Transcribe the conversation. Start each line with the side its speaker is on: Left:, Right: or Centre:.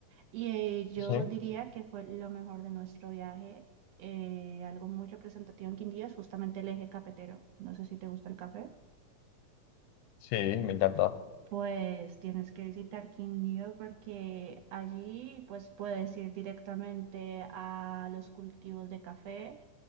Right: Y eh, yo
Left: sí,
Right: diría que fue lo mejor de nuestro viaje. Eh, algo muy representativo en Quindío es justamente el eje cafetero. No sé si te gusta el café.
Left: sí, me encanta.
Right: Pues tienes que visitar Quindío porque allí pues puedes ir directamente a los cultivos de café.